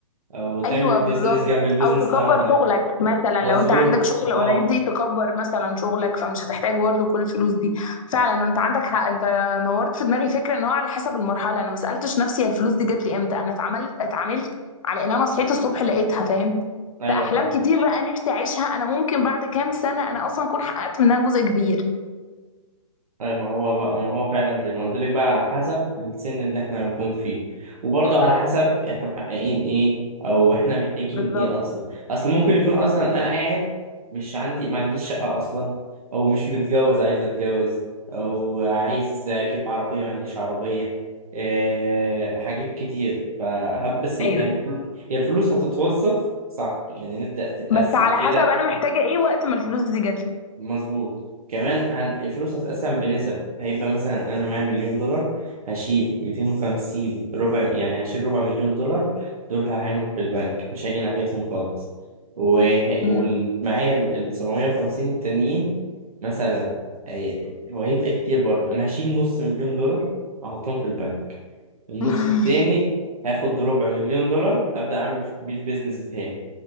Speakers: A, on the right (about 85°); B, on the left (about 65°).
A: او تعمل
B: ايوه
A: بيزنس
B: بالظبط
A: جنب البيزنس
B: او تكبر
A: اللي عندك
B: شغلك مثلا
A: مظبوط
B: لو انت عندك شغل اوريدي
A: اه
B: تكبر مثلا شغلك فمش هتحتاج برضه كل الفلوس دي فعلا انت عندك حق انت نورت في دماغي فكره ان هو على حسب المرحله انا ما سالتش نفسي هي الفلوس دي جات لي امتى انا اتعملت اتعاملت على ان انا صحيت الصبح لقيتها فاهم
A: ايوه
B: فاحلام
A: فاهم
B: كتير بقى نفسي اعيشها انا ممكن بعد كام سنه انا اصلا اكون حققت منها جزء كبير
A: طيب ما هو بقى ما هو فعلا زي ما قلت لك بقى على حسب السن اللي احنا هنكون فيه وبرضه على حسب احنا محققين ايه او احنا محتاجين
B: بالظبط
A: ايه اصلا اصل ممكن يكون اصلا انا قاعد مش عندي ما عنديش شقة اصلا او مش متجوز عايز اتجوز او عايز اجيب عربية ما عنديش عربية إيه حاجات كتير فهب بس يعني
B: ايوه
A: الفلو- هي الفلوس هتتوظف صح يعني نبدأ تتقسم
B: بس على
A: كده
B: حسب انا محتاجه ايه وقت ما الفلوس دي جات لي
A: مظبوط كمان هن... الفلوس هتتقسم بنسب هيبقى مثلا انا معايا مليون دولار هشيل 250 ربع يعني هشيل ربع مليون دولار دول هعينهم في البنك مش هاجي ناحيتهم خالص وه...
B: مم.
A: ومعايا ال ال 750 التانيين مثلا هي... هو هيبقى كتير برضه انا هشيل نص مليون دولار احطهم في البنك النص
B: <laughs>
A: التاني هاخد ربع مليون دولار ابدا اعمل بيه البيزنس بتاعي